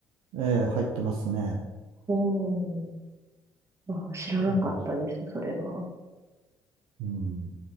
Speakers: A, on the right; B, on the right.
A: ええ入ってますね。
B: おー、あー、知らなかったです、
A: うん
B: それは。
A: うん。